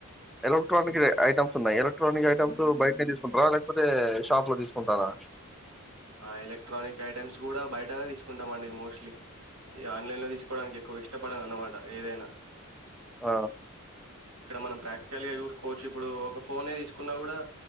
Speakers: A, in the centre; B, on the right.
A: ఎలక్ట్రానిక్ ఐటమ్స్ ఉన్నాయి ఎలక్ట్రానిక్ ఐటమ్స్ బయటనే తీసుకుంటారా లేకపోతే షాప్ లో తీసుకుంటారా
B: ఆ ఎలక్ట్రానిక్ ఐటెమ్స్ కూడా బయటనే తీసుకుంటామండి మోస్ట్లీ ఈ ఆన్లైన్ లో తీసుకోవడానికి ఎక్కువ ఇష్టపడను అన్నమాట ఏదైనా
A: ఆ
B: ఇక్కడ మనం ప్రాక్టికల్గా చూసుకోవచ్చు ఇప్పుడు ఒక ఫోనే తీసుకున్నా కూడా